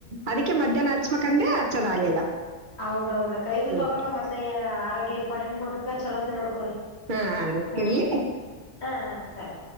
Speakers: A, on the right (about 50°); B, on the left (about 65°).
A: ಅದಕ್ಕೆ ಮಧ್ಯಾಹ್ನ ಹಚ್ಬೇಕಂದ್ರೆ ಹಚ್ಚೋದ್ ಆಗ್ಲಿಲ್ಲ
B: ಹೌದೌದ್ ಕೈರ್ಲಿ
A: ಹ್ಮ್
B: ತೊಗೋಕ ಮದ್ಲೇ ಆರೋಗ್ಯ ಇಂಪಾರ್ಟೆಂಟ್ ಮ ಈಗ ಚಲೋತ್ತ ನೋಡ್ಕೋರಿ
A: ಹಾ ಹಾ ರೀ
B: ಹ
A: ಇಡ್ಲಿ
B: ಹ ಸರಿ